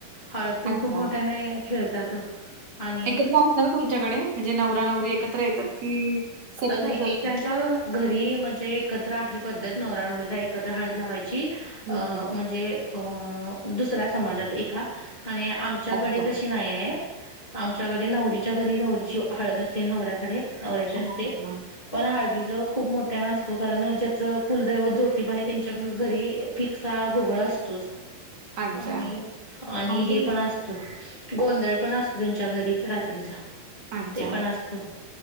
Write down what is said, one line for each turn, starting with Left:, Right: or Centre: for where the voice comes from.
Left: हळद पून
Right: अच्छा.
Left: खूप मोठ्याने खेळतात. आणि
Right: एकत्र असतात ना तुमच्याकडे म्हणजे नवरा नवरी एकत्र येतात. की सेपरेटच
Left: नाही एकच्या
Right: असते?
Left: घरी म्हणजे एकत्र आहे पद्धत नवरा नवररीला एकत्र हळद लावायची.
Right: हं,
Left: अ
Right: हं.
Left: म्हणजे अ दुसऱ्या समाजात एका आणि आमच्याकडे
Right: अच्छा.
Left: तशी नाही आह आमच्याकडे नवरीच्या घरी नवरीची हळद असते नवऱ्याकडे लावायची
Right: हां,
Left: असते.
Right: हां, हां.
Left: पण हळदीच खूप मोठ्या ना असतो कारण ज्याचं कुलदैवत ज्योतिबा आहे त्यांच्या घरी पिक्स हा गुगळ असतोच
Right: अच्छा.
Left: आणि आणि
Right: आमच्याकडे
Left: हे पण अस. गोंधळ पण असतो त्यांच्या घरी रात्रीचा
Right: अच्छा.
Left: ते पण असत.